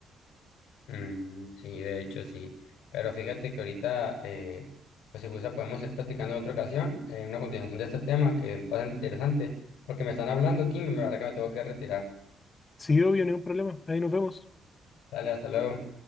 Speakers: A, on the left (about 85°); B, on the left (about 30°).
A: Mm, sí, de hecho, sí. Pero fíjate que ahorita, eh, pues, si gusta, podemos ir platicando en otra ocasión, eh, una continuación de este tema que pasa interesante, porque me están hablando aquí y me verdad que me tengo que retirar.
B: Sí, obvio, ningún problema. Ahí nos vemos.
A: Dale, hasta luego.